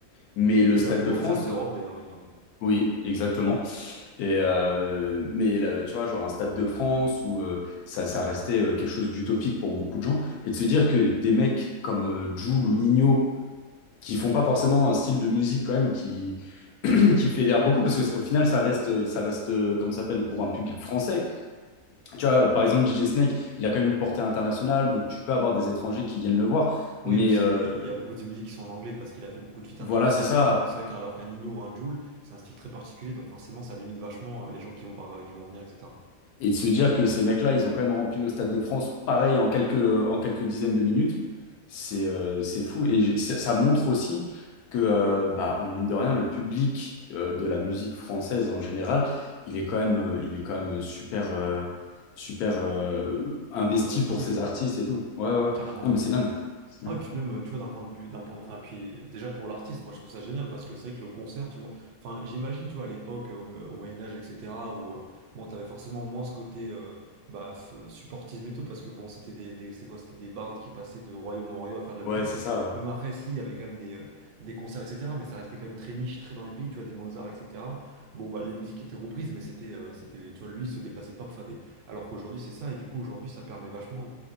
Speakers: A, on the left; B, on the right.
A: Mais le
B: Qui
A: Stade
B: est la plus
A: de
B: grande
A: France,
B: salle d'Europe
A: euh,
B: d'ailleurs, il me semble.
A: oui, exactement. Et euh, mais là, tu vois, genre un Stade de France où euh, ça, ça restait euh, quelque chose d'utopique pour beaucoup de gens. Et de se dire que des mecs comme euh, Jul ou Nino, qui font pas forcément un style de musique quand même qui, <clears throat> qui fédère beaucoup, parce qu'au final, ça reste, ça reste euh, comment ça s'appelle, pour un public français. Tu vois, par exemple, DJ Snake, il a quand même une portée internationale, donc tu peux avoir des étrangers qui viennent le voir.
B: Oui,
A: Mais
B: et puis c'est-
A: euh,
B: il y a beaucoup de ses musiques qui sont en anglais parce qu'il a fait beaucoup de feats
A: voilà,
B: internationaux,
A: c'est
B: etc.
A: ça.
B: Donc c'est vrai qu'alors qu'un Nino ou un Jul, c'est un style très particulier, donc forcément ça limite vachement euh, les gens qui vont, par- euh, qui vont venir, etc.
A: Et de se dire que ces mecs-là, ils ont quand même rempli le Stade de France, pareil, en quelques, en quelques dizaines de minutes, c'est euh, c'est fou. Et j'ai- ça, ça montre aussi que, euh, bah, en mine de rien, le public euh, de la musique française en général, il est quand même, euh, il est quand même super, euh, super euh, investi
B: Investi,
A: pour ses artistes et tout. Ouais, ouais.
B: carrément.
A: Non, mais c'est dingue. C'est
B: Ah,
A: dingue.
B: et puis même, euh, tu vois, d'un point de vue, d'un point, enfin, puis déjà pour l'artiste, moi je trouve ça génial parce que c'est vrai que le concert, tu vois, enfin, j'imagine, tu vois, à l'époque, euh, au, au Moyen-Âge, etc., où, euh, bon, t'avais forcément moins ce côté, euh, bah, f- euh, supportisme et tout, parce que bon, c'était des, des- c'était quoi, c'était des bardes qui passaient de royaume en royaume à faire de la
A: Ouais,
B: musique,
A: c'est
B: tu vois.
A: ça,
B: Même après, si, il y avait quand même des, euh, des concerts, etc., mais ça restait quand même très niche, très dans les pays, tu vois, des Mozart, etc. Bon, bah, les musiques étaient reprises, mais c'était, euh, c'était, tu vois, lui, il se déplaçait pas pour faire des. Alors qu'aujourd'hui, c'est ça, et du coup, aujourd'hui, ça permet vachement